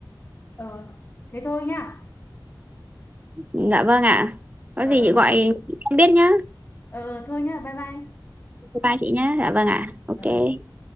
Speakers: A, on the left; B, on the right.
A: ờ thế thôi nhá
B: dạ vâng ạ có
A: ờ
B: gì
A: ờ
B: chị gọi em biết nhá
A: ờ ờ, thôi nhá bye bye
B: bye chị nhá dạ vâng ạ ok
A: ờ ờ.